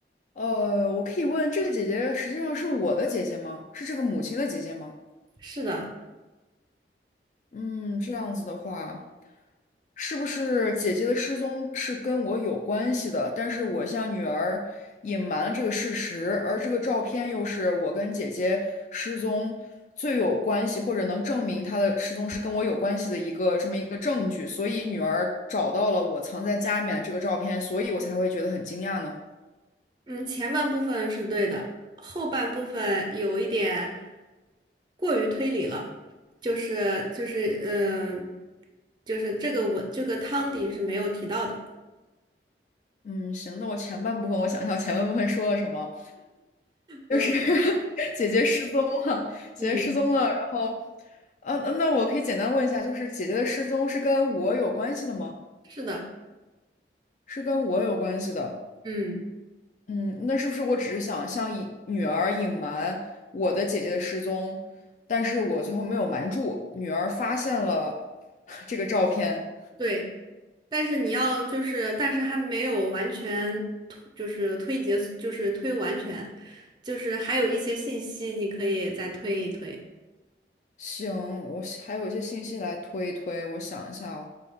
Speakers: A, on the left (about 45°); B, on the right (about 25°).
A: 呃，我可以问这个姐姐实际上是我的姐姐吗？是这个母亲的姐姐吗？
B: 是的。
A: 嗯，这样子的话，是不是姐姐的失踪是跟我有关系的？但是我向女儿隐瞒了这个事实，而这个照片又是我跟姐姐失踪最有关系，或者能证明她的失踪是跟我有关系的一个这么一个证据，所以女儿找到了我藏在家里面这个照片，所以我才会觉得很惊讶呢。
B: 嗯，前半部分是对的，后半部分有一点过于推理了，就是就是嗯、呃就是这个文这个汤底是没有提到的。
A: 嗯，行，那我前半部分我想一下，我前半部分说了什么？
B: 嗯
A: 就是 <laughs> 姐姐失踪了，姐姐失踪了，
B: 嗯，
A: 然后，呃、啊，那我可以简单问一下，就是姐姐的失踪是跟我有关系的吗？
B: 是的，
A: 是跟我有关系的。
B: 嗯
A: 嗯，那是不是我只是想向隐女儿隐瞒我的姐姐的失踪，但是我最后没有瞒住，女儿发现了 <laughs> 这个照片。
B: 对，但是你要就是，但是还没有完全推就是推结，就是推完全，就是还有一些信息你可以再推一推。
A: 行，我还有一些信息来推一推，我想一下哦。